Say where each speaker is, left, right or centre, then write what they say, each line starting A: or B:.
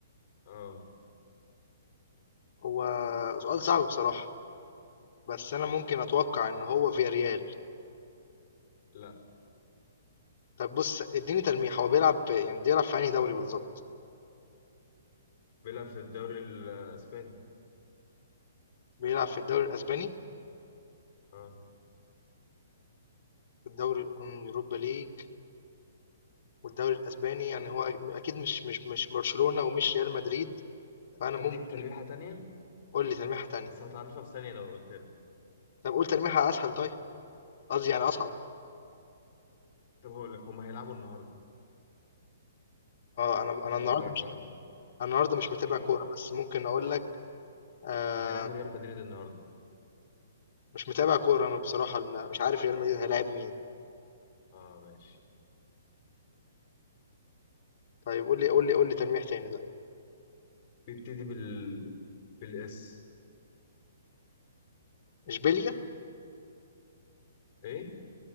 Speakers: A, on the left (about 25°); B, on the left (about 45°).
A: اه
B: هو سؤال صعب بصراحه بس انا ممكن اتوقع ان هو فياريال
A: لا
B: طب بص اديني تلميح هو بيلعب في يعني بيلعب في انهي دوري بالظبط
A: بيلعب في الدوري الاسباني
B: بيلعب في الدوري الاسباني
A: اه
B: الدوري الأم- يوروبا ليج والدوري الأسباني يعني هو أكيد مش مش مش برشلونة ومش ريال مدريد فأنا
A: اديك
B: ممكن
A: تلويحه تانية
B: قول لي تلميحة تانية
A: بس هتعرفها في ثانيه لو قلت
B: طب قول تلميحة أسهل طيب قصدي يعني أصعب
A: طب هقول لك هم هيلعبوا النهارده
B: اه انا
A: مش
B: انا النهارده
A: هقول لك
B: مش
A: بقى
B: انا النهارده مش متابع
A: ايه
B: كوره بس ممكن اقول لك آه
A: هيلعبوا ريال مدريد النهارده
B: مش متابع كوره انا بصراحه أنا مش عارف ريال مدريد هيلاعب مين
A: اه ماشي
B: طيب قول لي قول لي قول لي تلميح تاني طيب
A: بيبتدي بال بالاس
B: اشبيليا
A: ايه